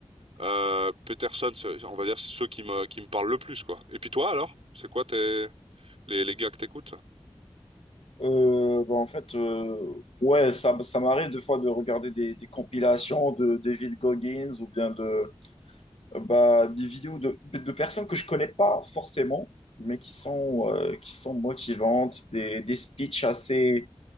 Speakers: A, on the right; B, on the left.
A: euh, Peterson, c'est- on va dire, c'est ceux qui me, qui me parlent le plus quoi. Et puis toi alors, c'est quoi tes les, les gars que t'écoutes?
B: Euh, bah, en fait, euh, ouais, ça, ça m'arrive des fois de regarder des, des compilations de David Goggins ou bien de, euh, bah, des vidéos de, de personnes que je connais pas forcément, mais qui sont, euh, qui sont motivantes, des, des speeches assez,